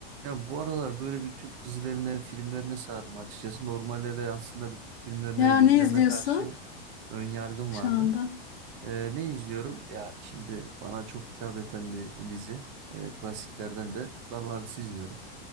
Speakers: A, on the right; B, on the left.
A: Ya bu aralar böyle bir Türk dizilerine, filmlerine sardım açıkçası. Normalde de aslında bir Türk filmlerine
B: Ya
A: ve dizilerine
B: ne izliyorsun
A: karşı ön yargım
B: şu
A: vardı.
B: anda?
A: Ee, ne izliyorum? Ya şimdi bana çok hitap eden bir dizi. Ee, klasiklerden de Kurtlar Vadisi izliyorum.